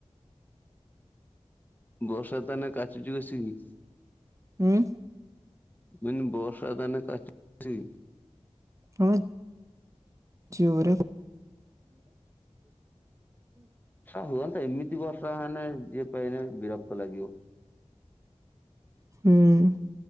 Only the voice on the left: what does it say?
ବର୍ଷା ତାନେ କାଚୁଚି ବସିିକି।
ମୁଁ କହିଲି ବର୍ଷା ତାନେ କାଚୁଚି।
ଆଁ ହୁଅନ୍ତା ଏମିତି ବର୍ଷା, ମାନେ ଯିଏ <unintelligible> ବିରକ୍ତ ଲାଗିବ।